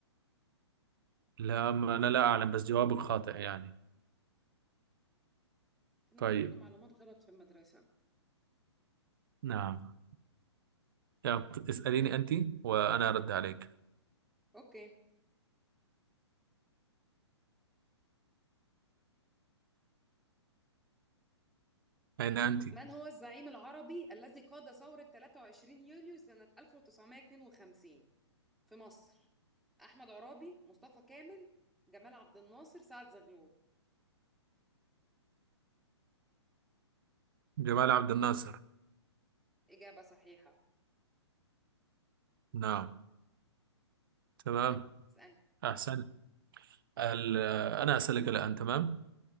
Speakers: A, on the right (about 50°); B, in the centre.
A: لا ما أنا لا أعلم بس جوابك خاطئ يعني
B: كانوا
A: طيب
B: بيدونا معلومات غلط في المدرسة
A: نعم يلا، اسأليني أنت وأنا أرد عليك
B: أوكي
A: أين أنت؟
B: من هو الزعيم العربي الذي قاد ثورة 23 يوليو سنة 1952 في مصر؟ أحمد عرابي، مصطفى كامل، جمال عبد الناصر، سعد زغلول
A: جمال عبد الناصر
B: إجابة صحيحة
A: نعم تمام
B: اسألني
A: أحسن ال- أنا أسألك الآن تمام